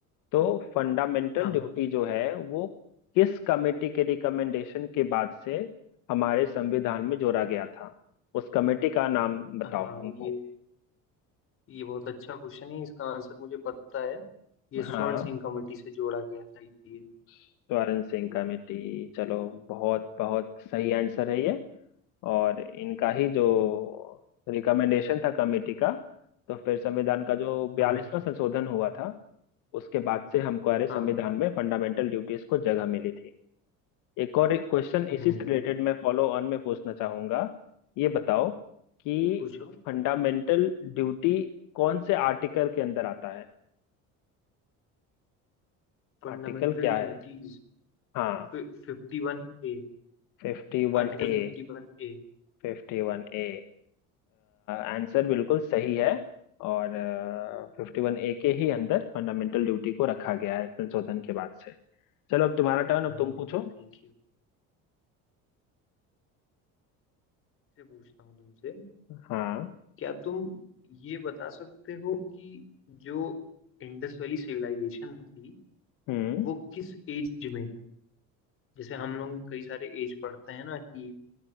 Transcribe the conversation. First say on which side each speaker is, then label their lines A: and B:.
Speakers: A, on the left (about 70°); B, on the left (about 40°).
A: तो फंडामेंटल
B: हाँ
A: ड्यूटी जो है वो किस कमेटी के रिकमेंडेशन के बाद से हमारे संविधान में जोड़ा गया था उस कमेटी का नाम बताओ
B: हाँ
A: हमको
B: ये ये बहुत अच्छा क्वेश्चन है इसका आंसर मुझे पता है ये
A: हाँ
B: स्वर्ण सिंह कमेटी से जोड़ा गया था ये
A: स्वर्ण सिंह कमेटी चलो बहुत बहुत सही आंसर है ये और इनका ही जो रिकमेंडेशन था कमेटी का तो फिर संविधान का जो बयालीसवां
B: हाँ
A: संशोधन हुआ था उसके बाद से हमको अरे संविधान
B: हाँ हाँ
A: में फंडामेंटल ड्यूटीज को जगह मिली थी एक और क्वेश्चन इसी
B: हम्म हम्म।
A: से रिलेटेड मैं फॉलो ऑन में पूछना चाहूंगा ये बताओ कि
B: पूछो
A: फंडामेंटल ड्यूटी कौन से आर्टिकल के अंदर आता है
B: Fundamental
A: आर्टिकल क्या है
B: duties
A: हाँ
B: फिफ्टी वन ए
A: फिफ्टी वन
B: Article
A: ए
B: फिफ्टी वन ए
A: फिफ्टी वन ए आंसर बिल्कुल सही है और फिफ्टी वन ए के ही अंदर फंडामेंटल ड्यूटी को रखा गया है संशोधन के बाद से चलो अब तुम्हारा टर्न
B: Hmm
A: अब तुम पूछो
B: Thank you से पूछता हूँ तुमसे
A: हाँ
B: क्या तुम ये बता सकते हो कि जो इंडस वैली सिविलाइजेशन थी
A: हम्म
B: वो किस एज में थी जैसे हम लोग कई सारे एज पढ़ते हैं ना कि